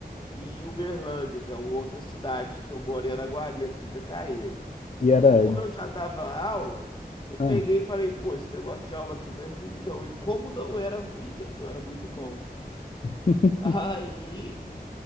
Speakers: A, on the left (about 30°); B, on the left (about 50°).
A: em Uberlândia, que é uma outra cidade que eu moro em Araguari, a 30 km.
B: E era.
A: Aí, como eu já dava aula, eu peguei
B: Ah,
A: e falei, pô, esse negócio de aula aqui não é ruim, não. E como não era ruim mesmo, não era muito bom.
B: <laughs>
A: <laughs> Aí